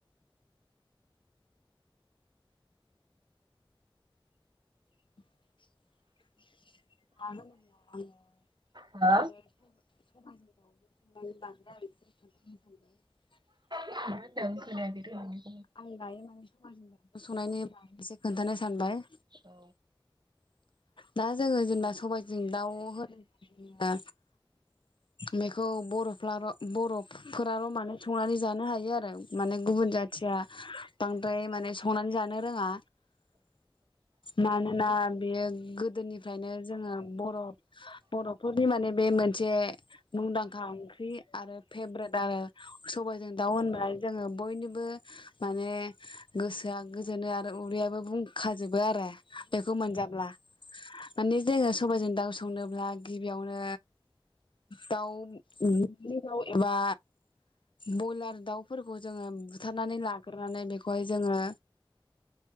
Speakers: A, on the left; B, on the right.
A: <unintelligible>
B: हा
A: <unintelligible>
B: मा होनदों खोनायाखै दै आं।
A: आं दायो नानि सबायजों जादों। संनायनि फारसे खोन्थानो सानबाय।
B: औ।
A: दा जोंङो जेनबा सबाइजों दाउ होनो बेखौ बरफ्राल' बरफोराल' मानो संनानै जानो हायो आरो। माने गुबुन जाथिया बांद्राय माने संनान जानो रोंङा। मानोना बियो। गो। दोनिफ्रायनो जोङो बर' बर'फोरनि माने बे मोन। जे। मुंदांखा ओंख्रि आरो फेब्रेट आरो सबाइजों दाउ होनबाथाय जोंङो। बयनिबो माने गोसोआ गोजोनो आरो उदैयाबो बुंखाजोबो आरो। एखौ मोनजाब्ला। माने जोंङो सबायजों दाउ संनोब्ला गिबियावनो। दाव उ। गिबियाव एबा बयलार दाउफोरखौ जोंङो बुथारनानै लाग्रोनानै बेखौहाय जोङो।